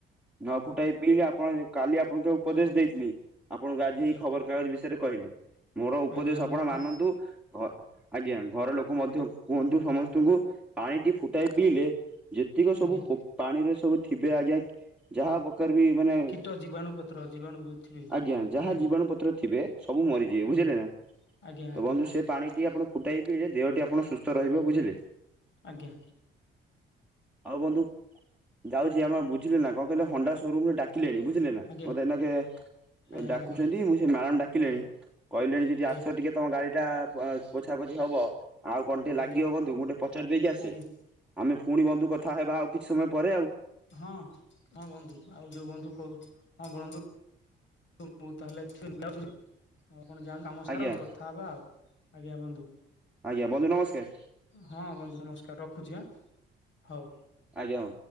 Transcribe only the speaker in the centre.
ନ ଫୁଟାଇ ପିଇଲି ଆପଣ କାଲି ଆପଣଙ୍କୁ ଉପଦେଶ ଦେଇଥିଲି। ଆପଣଙ୍କୁ ଆଜି,
ଏଇ ଖବରକାଗଜ ବିଷୟରେ କହିଲି। ମୋର ଉପଦେଶ
ଆପଣ
ମାନନ୍ତୁ ଘର, ଆଜ୍ଞା ଘରଲୋକ ମଧ୍ୟ, କୁହନ୍ତୁ ସମସ୍ତଙ୍କୁ, ପାଣିଟି ଫୁଟାଇ ପିଇଲେ ଯେତିକ ସବୁ
ପୋ- ପାଣିରେ ସବୁ ଥିବେ ଆଜ୍ଞା ଯାହା ମାନେ,
ଆଜ୍ଞା ଯାହା
ଜୀବାଣୁ ପତ୍ର ଥିବେ ସବୁ ମରିଯିବେ ବୁ
ବୁଝିଲେ ନା,
ତ
ବନ୍ଧୁ ସେ ପାଣିଟି ଆପଣ ଫୁଟାଇ ପିଇଲେ, ଦେହଟି ଆପଣ ସୁସ୍ଥରହିବ ବୁଝିଲେ।
ଆଉ' ବନ୍ଧୁ ଯାଉଛି ଆମ ବୁଝିଲେ ନା କଣ, କହିଲେ ହଣ୍ଡା ସୋରୁମ ରେ ଡାକିଲେଣି, ବୁଝିଲେ ନା
ମୋତେ ଏନାକେ
ଡାକୁଛନ୍ତି,
ମୁଁ ସେ ମ୍ୟାଡାମ ଡାକିଲେଣି, କହିଲେଣି ଯେ ଟିକେ
ଆସ ଟିକେ ତମ ଗାଡି ଏଇଟା ପା-ପୋଛା ପୋଛି ହବ। ଆଉ କଣ, ଟିକେ ଲାଗିବ
ବନ୍ଧୁ ମୁଁ ଟିକେ ପଚାରି ଦେଇକି ଆସେ।
ଆମେ ପୁଣି ବନ୍ଧୁ କଥା ହେବା, ଆଉ କିଛି ସମୟ ପରେ ଆଉ।
ଆଜ୍ଞା
ଆଜ୍ଞା ବନ୍ଧୁ ନମସ୍କାର
ଆଜ୍ଞା ବନ୍ଧୁ।